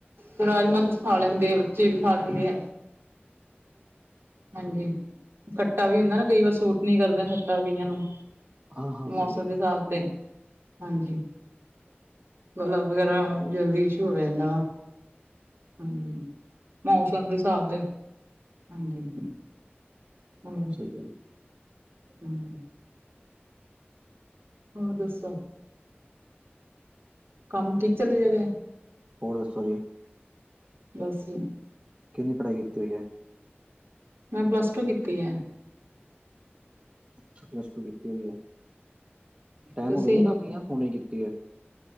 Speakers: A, on the right; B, on the right.
A: ਤੇ ਰਾਜਮਾ ਤੁਸੀ ਖਾ ਲੈਂਦੇ ਆ ਬੱਚੇ ਵੀ ਖਾ ਲੈਂਦੇ ਆ। ਹਾਂਜੀ ਖੱਟਾ ਵੀ ਹੁੰਦਾ ਨਾ ਕਈ ਵਾਰ ਸੂਟ ਨੀ ਕਰਦਾ ਖੱਟਾ ਕਈਆਂ ਨੂੰ-
B: ਹਾਂ-ਹਾਂ
A: ਮੌਸਮ
B: ਸਈ ਗੱਲ
A: ਦੇ ਹਿਸਾਬ
B: ਐ।
A: ਹਾਂਜੀ। ਗਲਾ ਵਗੈਰਾ ਜਲਦੀ ਇਸ਼ੂ ਹੋ ਜਾਂਦਾ ਵਾ ਹਾਂਜੀ- ਮੌਸਮ ਦੇ ਹਿਸਾਬ ਦੇ ਹਾਂਜੀ। ਹੋਰ
B: ਸਹੀ ਗੱਲ
A: ਹੂੰ। ਹੋਰ ਦੱਸੋ? ਕੰਮ ਠੀਕ ਚੱਲੀ ਜਾ ਰਿਆ।
B: ਹੋਰ ਦੱਸੋ ਜੀ?
A: ਬਸ ਜੀ।
B: ਕਿੰਨੀ ਪੜ੍ਹਾਈ ਕੀਤੀ ਹੋਈ ਐ?
A: ਮੈ ਪਲੱਸ ਟੂ ਕੀਤੀ ਐ।
B: ਅਛਾ, ਪਲੱਸ ਟੂ ਕੀਤੀ ਹੋਈ ਐ, ਟੈਮ
A: ਤੁਸੀਂ
B: ਹੋ ਗਿਆ ਕਾਫੀ ਯਾ ਹੁਨੇ ਕੀਤੀ ਏ।